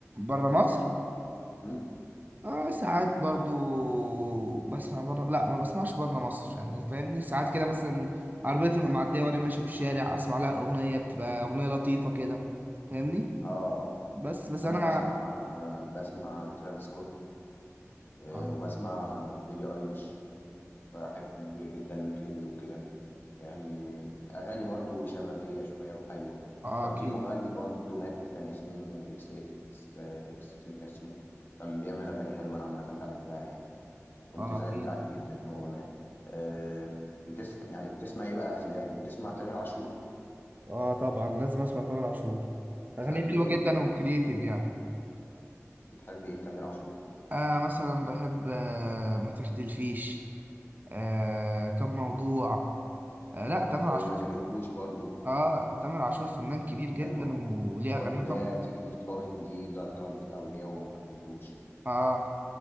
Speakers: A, on the right; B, on the left.
A: بره مصر
B: مم؟
A: اه ساعات برضو بسمع بره لا ما بسمعش بره مصر يعني فاهمني ساعات كده مثلا عربية تبقى معدية وانا ماشي في الشارع اسمع لها اغنية بتبقى اغنية لطيفة كده فاهمني
B: اه آه.
A: بس بس
B: انا
A: انا
B: بسمع بسمع ترافيس سكوت آه،
A: اه
B: وبسمع بيلي ايليش بحب جدا ويك اند وكده يعني اغاني برضو شبابيه شويه وحلوه
A: آه،
B: كان
A: اكيد
B: في مغني برضو مات كان اسمه اكس اكس آه، اكس تنتاسيون كان بيعمل اغاني حلوه انا عامه بحبها يعني وكنت
A: اه
B: زعلت
A: اكيد
B: عليه جدا ان هو مات أه بتسمع يعني بتسمع ايه بقى في الهادي بتسمع تامر عاشور
A: اه طبعا لازم اسمع تامر عاشور
B: بتحب
A: اغانيه حلوة
B: ايه لتامر
A: جدا وكرييتيف
B: عاشور
A: يعني
B: بتحب ايه لتامر عاشور
A: آه مثلا بحب آه ما تختلفيش آه كم موضوع آه لا تامر
B: وما
A: عاشور
B: كرهتوش برضو
A: اه تامر عاشور فنان كبير
B: كانت
A: جدا
B: حلوه
A: وليه
B: برضو
A: اغاني
B: اللي
A: تحفة
B: هي تيجي نتراهن دي ضربت قوي هي وما كرهتوش
A: اه